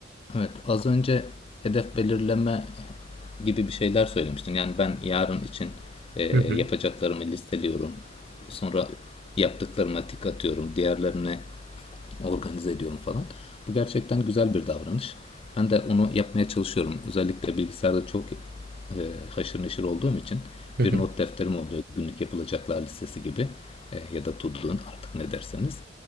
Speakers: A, on the left; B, on the right.
A: Evet, az önce hedef belirleme gibi bir şeyler söylemiştin. Yani ben yarın için e,
B: Hı hı.
A: yapacaklarımı listeliyorum. Sonra yaptıklarıma tik atıyorum. Diğerlerini organize ediyorum falan. Bu gerçekten güzel bir davranış. Ben de onu yapmaya çalışıyorum. Özellikle bilgisayarda çok e, haşır neşir olduğum için
B: Hı hı.
A: bir not defterim oluyor. Günlük yapılacaklar listesi gibi e, ya da to do'nun artık ne derseniz.